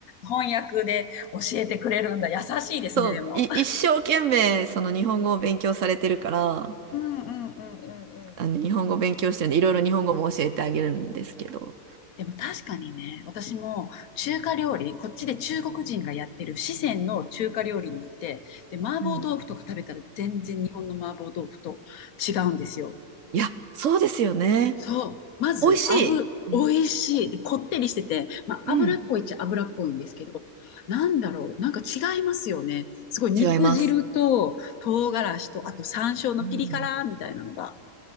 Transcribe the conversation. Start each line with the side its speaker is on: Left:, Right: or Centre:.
Left: 翻訳で教えてくれるんだ。優しいですね、
Right: そう、
Left: でも。
Right: い、一生懸命その日本語を勉強されてるから、
Left: うんうんうんうんうん。
Right: あの、日本語勉強してるんで、いろいろ日本語も教えてあげるんですけど。
Left: でも確かにね、私も中華料理、こっちで中国人がやってる四川の中華料理に行って、で、麻婆豆腐とか食べたら全然日本の麻婆豆腐と違うんですよ。
Right: うん。いや、そうですよね。
Left: そう。まず、
Right: 美味しい。
Left: 油、
Right: うん
Left: 美味しい。で、こってりしてて、まあ、
Right: うん。
Left: 脂っこいっちゃ脂っこいんですけど、なんだろう。なんか違いますよね。すごい肉汁と唐辛子と、
Right: 違います。
Left: あと山椒のピリ辛みたいなのが
Right: うん